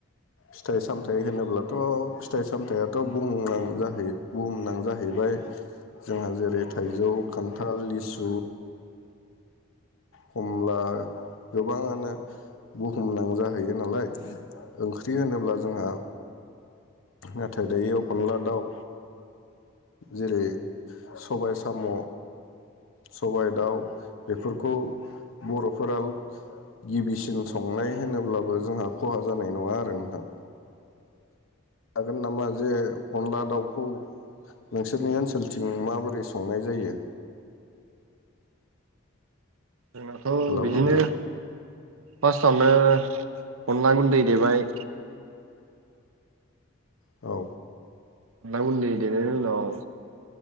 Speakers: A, on the left (about 75°); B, on the right (about 85°).
A: फिथाइ सामथाइ होनोब्लाथ' फिथाइ सामथाइआथ' बुहुमनां जाखायो बुहुमनां जाहैबाय। जोंहा जेरै थाइजौ खान्थाल, लिसु खमला गोबाङानो बुहुमनां जाहैयो नालाय ओंख्रि होनोब्ला जोंहा नाथाय दायो अनला दाउ जेरै सबाय साम' सबाय दाउ बेफोरखौ बर'फोरा गिबिसिन संनाय होनोब्लाबो जोंहा खहा जानाय नङा आरो नोंथां। हागोन नामा जे अनला दाउखौ नोंसोरनि ओनसोलथिं माबोरै संनाय जायो?
B: जोंनाथ'
A: हेलौ
B: बिदिनो
A: नोंथां
B: फार्स्टआवनो अनला गुन्दै देबाय
A: औ
B: अनला गुन्दै देनायनि उनाव